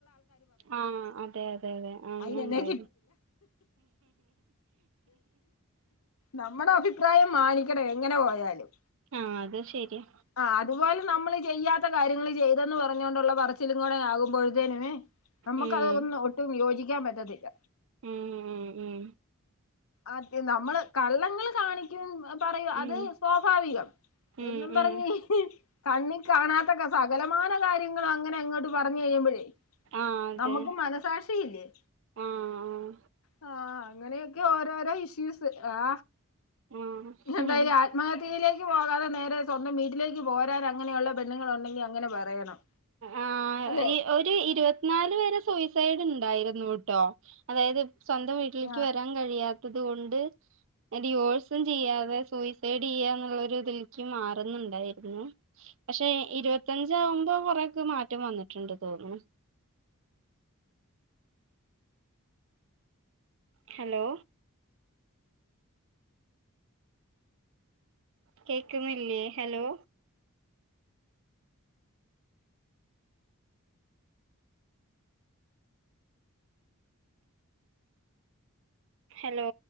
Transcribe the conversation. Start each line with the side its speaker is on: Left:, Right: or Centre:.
Right: ആ അതെ അതെ അതെ അങ്ങനെ
Left: അയിനെന്നെ
Right: ണ്ടായിരുന്നു
Left: നമ്മുടെ അഭിപ്രായം മാനി <unintelligible> എങ്ങനെ പോയാലും
Right: ആഹ അത് ശരിയാ
Left: ആ അതുപോലെ നമ്മള് ചെയ്യാത്ത കാര്യങ്ങള് ചെയ്തെന്ന് പറഞ്ഞുണ്ടുള്ള പറച്ചിലും കൂടെ ആകുമ്പോഴത്തേനുംവെ നമുക്ക
Right: ഉം
Left: അത് ഒന്ന് ഒട്ടും യോജിക്ക <unintelligible> പറ്റത്തില്ല
Right: ഉം ഉം ഉം
Left: അത് നമ്മള് കള്ളങ്ങൾ കാണിക്കും പറയു
Right: ഉം
Left: അത് സ്വാഭാവികം
Right: ഉം
Left: എന്നും പറഞ്ഞ്
Right: ഉം
Left: കണ്ണി കാണാത്ത സകലമാന കാര്യങ്ങളു അങ്ങനെ അങ്ങോട്ട് പറഞ്ഞഞ് കഴിയുമ്പോഴേ
Right: ആഹ് അതെ
Left: നമുക്ക് മനസാശിയില്ലേ
Right: ആഹ്
Left: ആ അങ്ങനെ ഓരോ രോഇ ഷു ആ
Right: ആഹ്
Left: എന്തായാലും
Right: ആഹ്
Left: ആത്മഹത്യ പോകാതെ നേരെ സ്വന്തം വീട്ടിലേക്ക് പോരാൻ അങ്ങനെയുള്ള പെണ്ണുൾ ഉണ്ടെങ്കിൽ ങ്ങനെ പറയണം
Right: ആ
Left: അല്ലെ
Right: ഈ ഒരു ഇരുപത്തിനാല് വരെ സൂയിസൈഡ് ണ്ടായി ന്നുട്ടോ അതായത് സ്വന്തം വീട്ടിലേക്ക്
Left: ആ
Right: വരാൻ കഴിയാത്ത തുതോണ്ട് ഡിവോഴസും ചെയ്യാതെ സൂയിസൈഡ് ചെയ്യാ എന്നുള്ള ഇതിലേക്ക് മാറുന്നുണ്ടായിരുന്നു പക്ഷെ ഇരുപത്തഞ്ച ആകുമ്പോ അക്ക് മാറ്റം വന്നിട്ടുണ്ട് തോന്നണ് ഹലോ കേക്കുന്നില്ലേ ഹലോ ഹലോ